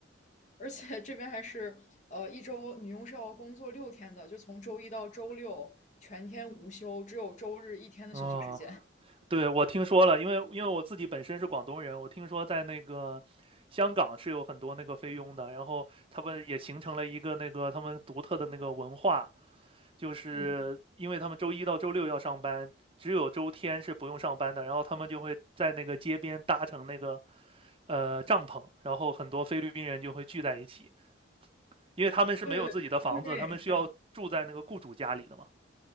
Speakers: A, on the left; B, on the right.
A: 而且这边还是呃，一周女佣是要工作六天的，就从周一到周六全天无休，只有周日一天的休息时间。
B: 哦，对，我听说了，因为因为我自己本身是广东人，我听说在那个香港是有很多那个菲佣的，然后他们也形成了一个那个他们独特的那个文化。就是因为他们周一到周六要上班，
A: 嗯，
B: 只有周天是不用上班的。然后他们就会在那个街边搭成那个呃帐篷，然后很多菲律宾人就会聚在一起，因为他们是没有自己的房子，
A: 对对，
B: 他们是要住在那个雇主家里的嘛。
A: 对